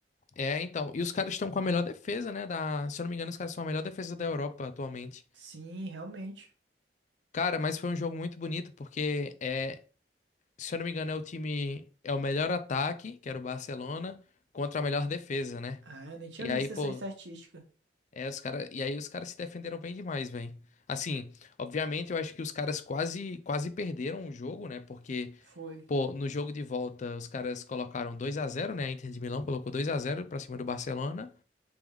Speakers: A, on the left; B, on the right.
A: É, então. E os caras estão com a melhor defesa, né? Da... Se eu não me engano, os caras são a melhor defesa da Europa atualmente.
B: Sim, realmente.
A: Cara, mas foi um jogo muito bonito, porque é, se eu não me engano, é o time. É o melhor ataque, que era o Barcelona, contra a melhor defesa, né?
B: Ah, eu nem tinha
A: E
B: visto
A: aí, pô,
B: essa estatística.
A: É, os cara, e aí os caras se defenderam bem demais, velho. Assim, obviamente eu acho que os caras quase quase perderam o jogo, né? Porque,
B: Foi,
A: pô, no jogo de volta os caras colocaram dois a zero né? A Inter de Milão colocou 2 a zero pra cima do Barcelona